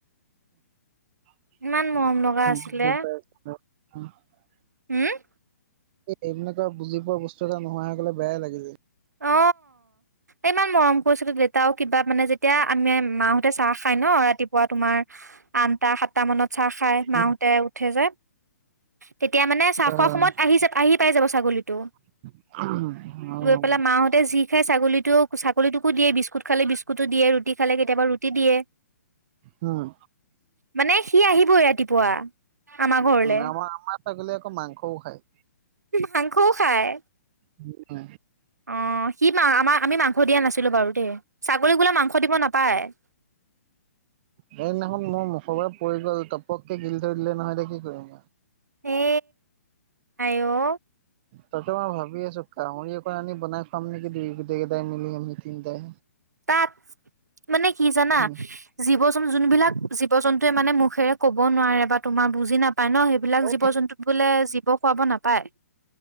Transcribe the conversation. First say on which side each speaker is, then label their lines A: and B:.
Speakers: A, on the right; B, on the right.
A: প
B: ইমান মৰম লগা আছিলে হম
A: এইবিলাকৰ বুজি পোৱা বস্তু এটা নোহোৱা হয় গলে বেয়াই লাগি যায়
B: অ ইমান মৰম কৰিছিলো দেউতাও কিবা মানে যেতিয়া আমি মাহত তে চাহ খাই ন ৰাতিপুৱা তোমাৰ আনটা সাতটা মানত চাহ খাই মাহতে
A: উম,
B: উঠে যে। তেতিয়া মানে চাহ
A: হয়,
B: খোৱা
A: হয়।
B: সময়ত আহি যাব আহি পাই যাব ছাগলীতটো।
A: অ
B: ফালা মাহঁ যি খাই ছাগলী চাগলীটোকো দিয়ে বিস্কুট খালে বিস্কুট ও দিয়ে ৰুটি খালে কেতিয়াবা ৰুটি দিয়ে,
A: উম,
B: মানে সি আহিবই ৰাতিপুৱা। আমাৰ
A: উ
B: ঘৰলে
A: আমাৰ আমাৰ চাকলে আকৌ মাংসও খায়
B: মাংসও খায়
A: উম।
B: অ সি আমাৰ আমি মাংস দিয়া নাছিলো বাৰু দেই ছাগৰি বোলে মাংস দিব নাপায়। <unintelligible>
A: সেইদিনাখন মোৰ মুখৰ পৰা পৰি গ'ল টপককে গিল থৈ দিলে নহয় এতিয়া কি কৰিম।
B: এ আইও।
A: তাকেই মই ভাবি আছো গাহৰি অকণ আনি বনাই খোৱাম নেকি দু গোটেই কেইটাই মিলিম আমি তিনিটাই
B: তাত মানে কি জানা
A: উম,
B: জীৱ যোনবিলাক জীৱ জন্তুুৱে মানে মুখেৰে ক'ব নোৱাৰে বা তোমাৰ বুজি নাপা পায় ন সেইবিলাক
A: অ,
B: জীৱ জন্তুত বোলে জীৱ খোৱাব নাপায়।